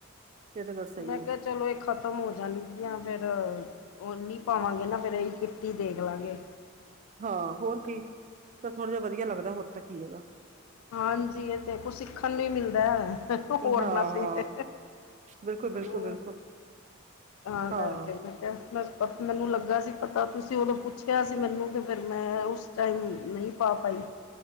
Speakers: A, on the right; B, on the left.
A: ਇਹ ਤਾਂ ਗੱਲ ਸਹੀ
B: ਮੈਂ ਕਿਹਾ
A: ਹੈ
B: ਚਲੋ ਇਹ ਖ਼ਤਮ ਹੋ ਜਾਣਗੀਆਂ ਫੇਰ ਹੋਰ ਨੀ ਪਾਵਾਂਗੇ ਨਾ ਫੇਰ ਇਹੀ ਕਿੱਟੀ ਦੇਖ ਲਵਾਂਗੇ
A: ਹਾਂ ਹੋਰ ਕੀ ਤਾਂ ਥੋੜ੍ਹਾ ਜਿਹਾ ਵਧੀਆ ਲੱਗਦਾ ਹੋਰ ਤਾਂ ਕੀ ਹੈਗਾ
B: ਹਾਂਜੀ ਇਹ ਤੇ ਕੁਛ ਸਿੱਖਣ ਨੂੰ ਹੀ ਮਿਲਦਾ ਹੈ
A: ਹਾਂ,
B: ਹੋਰ
A: ਹਾਂ
B: ਮਸ ਤੇ
A: ਬਿਲਕੁਲ, ਬਿਲਕੁਲ,
B: ਹੋ
A: ਬਿਲਕੁਲ
B: ਤਾਂ
A: ਹਾਂ
B: ਕਰਕੇ ਮੈਂ ਕਿਹਾ ਮ ਮੈਨੂੰ ਲੱਗਾ ਸੀ ਪਤਾ ਤੁਸੀਂ ਉਦੋਂ ਪੁੱਛਿਆ ਸੀ ਮੈਨੂੰ ਅਤੇ ਫਿਰ ਮੈਂ ਉਸ ਟਾਈਮ ਨਹੀਂ ਪਾ ਪਾਈ